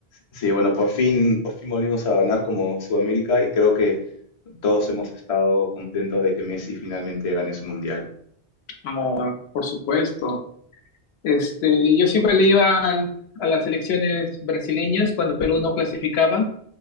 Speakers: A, on the left (about 45°); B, on the left (about 80°).
A: Sí, bueno, por fin, por fin volvimos a ganar como Sudamérica y creo que todos hemos estado contentos de que Messi finalmente gane su mundial.
B: Ah, por supuesto. Este, yo siempre le iba al- a las selecciones brasileñas cuando Perú no clasificaba,